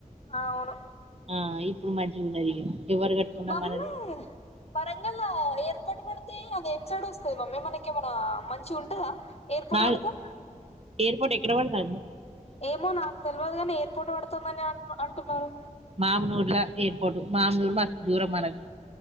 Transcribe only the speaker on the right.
ఆ ఇప్పుడు మంచిగున్నది ఇగ ఎవరు కట్టుకున్నా
మనది
నా
ఎయిర్పోర్ట్ ఎక్కడ వడతాంన్న
మామ్ నూర్ల ఎయిర్పోట్ మామ్ నూరు మస్తుదూరం మనది